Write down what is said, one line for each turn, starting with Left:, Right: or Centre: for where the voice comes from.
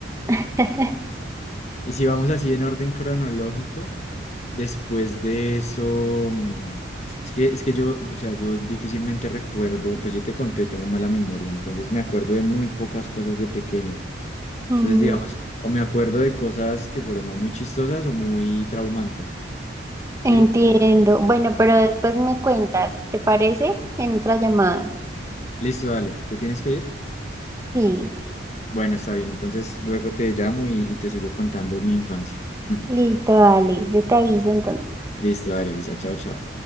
Right: <laughs>
Left: Y si vamos así en orden cronológico, después de eso, mm, es que, es que yo, o sea, yo difícilmente recuerdo, pues yo te conté, tengo mala memoria, entonces me acuerdo de muy pocas cosas de pequeño. Entonces,
Right: Mm,
Left: digamos, o me acuerdo de cosas que fueron o muy chistosas o muy traumantes.
Right: Entiendo.
Left: Sí,
Right: Bueno, pero después me cuentas, ¿te parece? En otra llamada.
Left: listo, dale. ¿Te tienes que ir?
Right: Sí,
Left: Bueno, está bien. Entonces luego te llamo y, y te sigo contando mi infancia. <laughs>
Right: listo, dale. Yo te aviso entonces.
Left: Listo, dale, Lisa. Chao, chao.